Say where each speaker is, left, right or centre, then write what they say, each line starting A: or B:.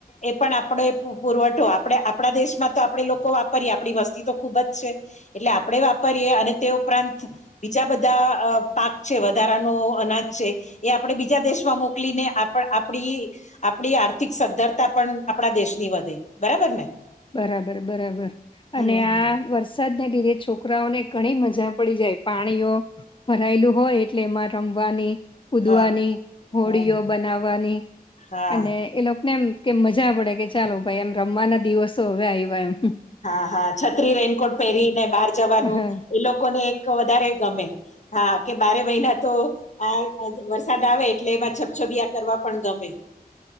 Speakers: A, on the left; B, on the left.
A: એ પણ આપણો એ પુરવઠો આપણે આપણા દેશમાં તો આપણેે લોકો વાપરીએ આપણી વસ્તી... ખૂબ જ છે એટલે આપણેે વાપરીએ અને તે ઉપરાંત બીજા બધા અ પાક... છે વધારાનો અનાજ છે એ આપણે બીજા દેશમાં મોકલીને આપ આપડી... આપણી આર્થિક સધ્ધરતા પણ આપણા દેશની વધે બરાબર ને...
B: બરાબર બરાબર
A: હમ
B: અને
A: હમ
B: આ... વરસાદને લીધે છોકરાઓને ઘણી મજા પડી જાય પાણીઓ... ભરાયેલું હોય એટલે એમાં રમવાની. કૂદવાની
A: હા
B: હોડીઓ
A: હમ
B: બનાવાની
A: હા
B: અને... એ લોકોને એમ કે મજા પડે કે ચાલો ભાઈ એમ રમવાના દિવસો હવે આવ્યા એમ..
A: હા હા છત્રી રેનકોટ પહેરીને બહાર જવાનું
B: હા
A: એ લોકોને એક વધારે ગમે... હા કે બારે મહિના તો... આ વરસાદ આવે એટલે એમાં છબછબીયા કરવા પણ ગમે.